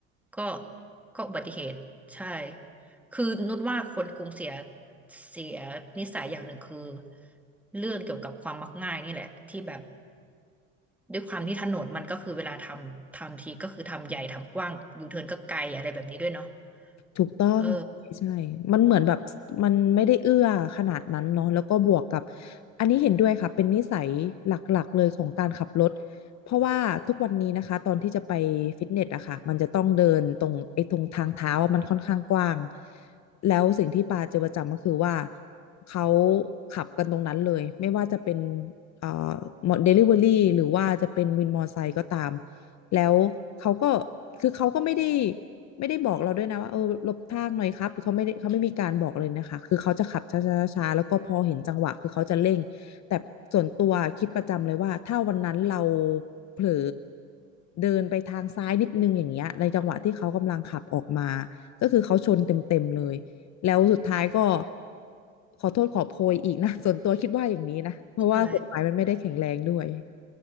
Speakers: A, in the centre; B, on the left.
A: ก็ก็อุบัติเหตุใช่คือนุชว่าคนกรุงเสียเสียนิสัยอย่างหนึ่งคือเรื่องเกี่ยวกับความมักง่ายนี่แหละที่แบบด้วยความที่ถนนมันก็คือเวลาทำทำทีก็คือทำใหญ่ทำกว้างยูเทิร์นก็ไกลอะไรแบบนี้ด้วยเนาะ
B: ถูกต้องใช่ใช่
A: เออ
B: มันเหมือนแบบมันไม่ได้เอื้อขนาดนั้นเนาะแล้วก็บวกกับอันนี้เห็นด้วยค่ะเป็นนิสัยหลักๆเลยของการขับรถเพราะว่าทุกวันนี้นะคะตอนที่จะไปฟิตเนสอะค่ะมันจะต้องเดินตรงไอ้ตรงทางเท้าอะมันค่อนข้างกว้างแล้วสิ่งที่ปาเจอประจำก็คือว่าเขาขับกันตรงนั้นเลยไม่ว่าจะเป็นเอ่อเดลิเวอรี่หรือว่าจะเป็นวินมอเตอร์ไซค์ก็ตาม แล้วเขาก็คือเขาก็ไม่ได้ไม่ได้บอกเราด้วยนะว่าเออหลบทางหน่อยครับือเขาไม่ได้เขาไม่มีการบอกเลยนะคะคือเขาจะขับช้าๆๆแล้วก็พอเห็นจังหวะคือเขาจะเร่งแต่ส่วนตัวคิดประจำเลยว่าถ้าวันนั้นเราเผลอเดินไปทางซ้ายนิดนึงอย่างเงี้ยในจังหวะที่เขากำลังขับออกมาก็คือเขาชนเต็มๆเลยแล้วสุดท้ายก็ขอโทษขอโพยอีกนะ <laughs> ส่วนตัวคิดว่าอย่างนี้นะเพราะว่ากฎหมายมันไม่ได้แข็งแรงด้วย
A: ใช่